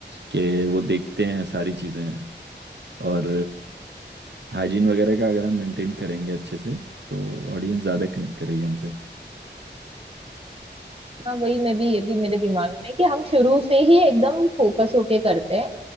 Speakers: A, on the right (about 65°); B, on the right (about 30°).
A: कि वो देखते हैं सारी चीज़ें और हाइजीन वगैरह का अगर हम मेंटेन करेंगे अच्छे से तो ऑडियंस ज़्यादा कनेक्ट करेगी हमसे
B: हाँ वही मैं भी ये भी मेरे दिमाग में है कि हम शुरू से ही एकदम फोकस होके करते हैं